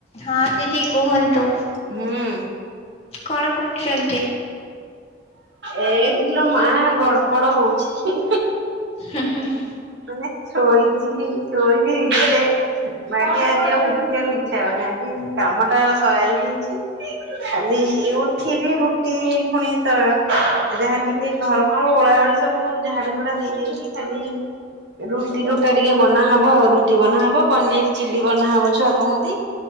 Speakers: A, on the left; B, on the right.
A: ହଁ ଦିଦି କୁହ ତ
B: ହୁଁ।
A: କଣ କରୁଚନ୍ତି?
B: ଏଇଠିଲୋ ମା ଗଡ଼ପଡ ହଉଛି।
A: ହେଁ ହେଁ।
B: ନେ ଶୋଇଛି ଶୋଇଲେ ଭିତରେ ବାକି ଆଜି ଆଉ ଉଠିଆକୁ ଇ ଛ ଆଜି କାମ ଟା ସାରି ଦେଇଛି, ଖାଲି ଉଠିବି ରୁଟି ପୁଣି ତ ଯାହା ଟିକେ ଘର ଓଳାଓଳି ସବୁ ଝାଡୁଝୁଡା ହେଇଯାଇଛି ଖାଲି ରୁଟି ଗୋଟା ଟିକେ ବନାହବ ଆଉ ରୁଟି ବନାହବ ପନିର ଚିଲ୍ ବନାହବ ଛୁଆ କହନ୍ତି,